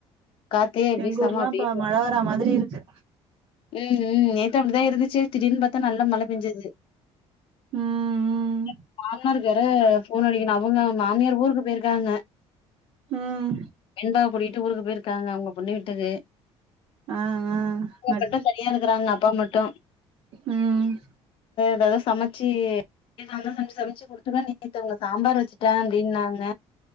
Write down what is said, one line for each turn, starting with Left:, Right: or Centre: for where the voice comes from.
Left: காத்தே வீசாம
Right: எங்க ஊர்லா
Left: அப்டியே
Right: இப்ப மழ வரா மாதிரி இருக்கு
Left: <inaudible> ம் ம் நேத்து அப்டிதா இருந்துச்சு திடீர்னு பாத்தா நல்லா மழ பெஞ்சது
Right: ம் ம்
Left: எங்க மாமனார்க்கரு போன் அடிக்கணும் அவங்க மாமியார் ஊருக்கு போயிருக்காங்க
Right: ம்
Left: பெண்பாவ கூட்டிட்டு ஊருக்கு போயிருக்காங்க அவங்க பொண்ணு வீட்டுக்கு
Right: ஆ ஆ
Left: மட்டு
Right: மட்
Left: தனியா இருக்கறாங்க அப்பா மட்டும்
Right: ம்
Left: எதாவது சமச்சி ஏ நாந்தான் சமைச்சு சமைச்சு குடுத்துடுவே நேத்தவங்க சாம்பார் வச்சுட்டே அப்படின்னாங்க